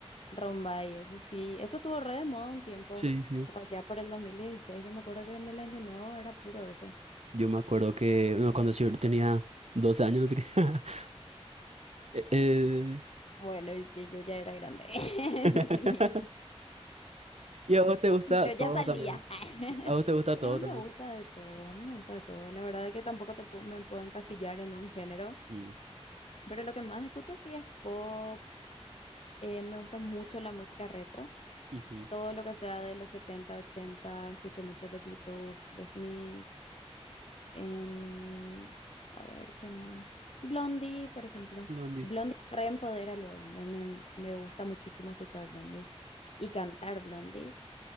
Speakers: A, on the left; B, on the right.
A: Rombay, eso sí, eso estuvo re de moda un tiempo,
B: Sí, sí.
A: por allá por el 2016. yo me acuerdo que en el año nuevo era puro eso.
B: Yo me acuerdo que no, cuando yo tenía 12 años, no sé qué. <laughs> Eh, eh,
A: Bueno, y sí, yo ya era grande, <laughs>
B: <laughs>
A: yo tenía,
B: Y a vos te gusta
A: yo
B: todo
A: ya salía.
B: también.
A: <laughs>
B: A vos te gusta
A: Sí,
B: todo
A: a mí
B: también.
A: me gusta de todo, a mí me gusta de todo. La verdad que tampoco te pu- me puedo encasillar en un género,
B: Mm,
A: pero lo que más escucho sí es pop, eh, me gusta mucho la música retro,
B: ujú.
A: todo lo que sea de los 70 80. escucho mucho de Beatles, de Smiths. En, a ver, ¿qué más? Blondie, por ejemplo.
B: Blondie.
A: Blondie reempodera Me, me- me gusta muchísimo escuchar Blondie y cantar Blondie.